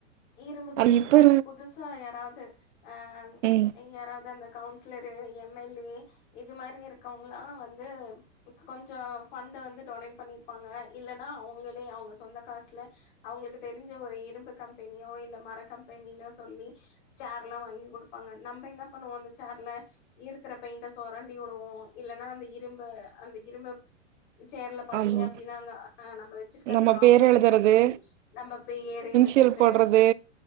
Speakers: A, on the left (about 40°); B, on the right (about 75°).
A: இரும்பு பெஞ்சுல
B: அது இப்போ
A: புதுசா யாராவது அஹ்
B: ம்
A: யாராவது அந்த கவுன்சிலர் எம் எல் ஏ இது மாதிரி இருக்கவங்க எல்லா வந்து கொஞ்சம் ஃபண்ட் வந்து டொனேட் பண்ணிருப்பாங்க இல்லன்னா அவங்களே அவங்க சொந்த காசுல அவங்களுக்கு தெரிஞ்ச ஒரு இரும்பு கம் கம்பெனியோ இல்ல மர கம்பெனியிலோ சொல்லி சேர் வாங்கி கொடுப்பாங்க நம்ம என்ன பண்ணுவோம் அந்த சோர்ல இருக்கிற பெயிண்ட சுரண்டி உடுவோம் இல்லன்னா அந்த இரும்பு அந்த இரும்பு சேர்ல பாத்தீங்க
B: ஆமாம்
A: அப்டின்னா அஹ் நம்ம வச்சிருக்க
B: நம்ம
A: அந்த காம்பஸ்
B: பேர் எழுதுறது
A: டூல் வச்சி நம்ம பேர் எழுதுறது
B: இனிஷியல் போடுறது